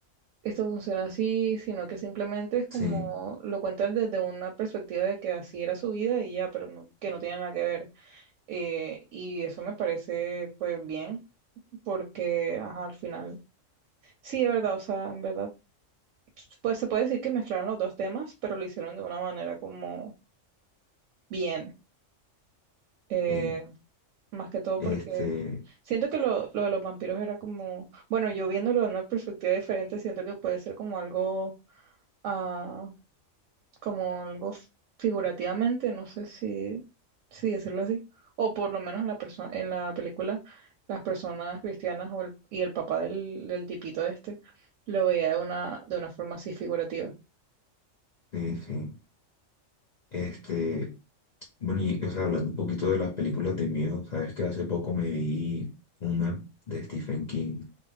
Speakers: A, on the right (about 80°); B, on the left (about 45°).
A: esto funciona así, sino que simplemente es como
B: sí,
A: lo cuentan desde una perspectiva de que así era su vida y ya, pero no- que no tiene nada que ver. Eh, y eso me parece pues bien, porque ajá, al final, sí, es verdad, o sea, en verdad, pues se puede decir que mezclaron los dos temas, pero lo hicieron de una manera como bien, eh,
B: sí,
A: más que todo
B: este,
A: porque siento que lo, lo de los vampiros era como, bueno, yo viéndolo de una perspectiva diferente, siento que puede ser como algo... ah, como algo f- figurativamente, no sé si, si decirlo así, o por lo menos en la persona, en la película, las personas cristianas o el- y el papá del, del tipito este lo veía de una, de una forma así figurativa.
B: sí, sí. Este, bueno, y o sea, hablando un poquito de las películas de miedo, sabes que hace poco me vi una de Stephen King